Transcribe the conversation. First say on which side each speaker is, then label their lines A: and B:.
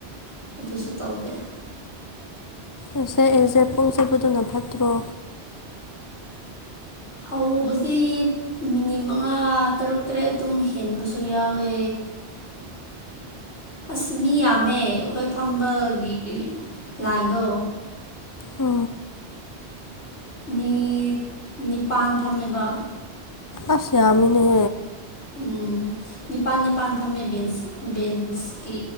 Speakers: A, on the left; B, on the left.
A: ꯑꯗꯨꯁꯨ ꯇꯧꯗꯦꯦ
B: ꯑꯩꯁꯦ ꯑꯩꯁꯦ ꯄꯨꯡ ꯆꯄꯗꯨꯅ ꯐꯠꯇ꯭ꯔꯣ
A: ꯑ ꯍꯧꯖꯤꯛ ꯃꯤꯅꯤꯠ ꯃꯉꯥ ꯊꯥ ꯇꯔꯨꯛ ꯇꯔꯦꯠ ꯑꯗꯨꯝ ꯍꯦꯟꯕꯁꯨ ꯌꯥꯎꯋꯦ ꯑꯁ ꯃꯤ ꯌꯥꯝꯃꯦ ꯑꯩꯈꯣꯏ ꯐꯝꯕꯒꯤ ꯂꯥꯏꯟꯗꯣ
B: ꯑ
A: ꯃꯤ ꯅꯤꯄꯥꯟ ꯐꯝꯃꯦꯕ
B: ꯑꯁꯦ ꯑꯃꯅꯦ
A: ꯎꯝ ꯅꯤꯄꯥꯜ ꯅꯤꯄꯥꯜ ꯐꯝꯃꯦ ꯕꯦꯟꯁ ꯕꯦꯟꯁꯀꯤ